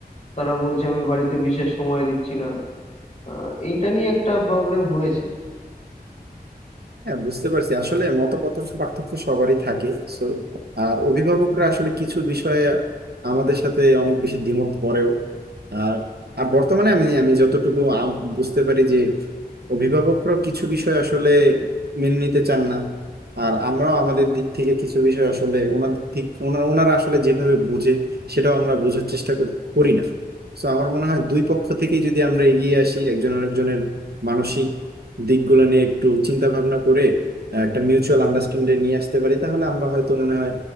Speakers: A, on the left; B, on the right.
A: তারা বলছে আমি বাড়িতে বিশেষ সময় দিচ্ছি না আহ, এইটা নিয়ে একটা প্রবলেম হয়েছে
B: হ্যাঁ বুঝতে পারছি আসলে মতপার্থক্য পার্থক্য সবারই থাকে So, আর অভিভাবকরা আসলে কিছু বিষয়ে আমাদের সাথে অনেক বেশি দ্বিমত করেও আর আর বর্তমানে আমি আমি যতটুকু আম- বুঝতে পারি যে অভিভাবকরাও কিছু বিষয় আসলে মেনে নিতে চান না আর আমরাও আমাদের দিক থেকে কিছু বিষয় আসলে ওনাদের দিক ওনা- ওনারা আসলে যেভাবে বুঝে সেটাও আমরা বোঝার চেষ্টা কর- করি না তো আমার মনে হয় দুই পক্ষ থেকেই যদি আমরা এগিয়ে আসি একজন আরেকজনের মানসিক দিকগুলো নিয়ে একটু চিন্তা ভাবনা করে একটা মিউচুয়াল আন্ডারস্ট্যান্ডিং নিয়ে আসতে পারি তাহলে আমরা হয়তো মনে হয়